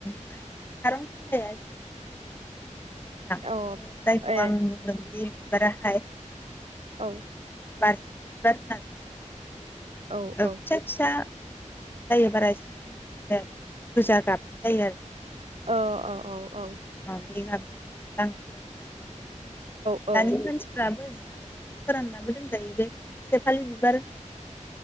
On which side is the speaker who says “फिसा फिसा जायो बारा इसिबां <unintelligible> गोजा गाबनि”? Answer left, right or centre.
Left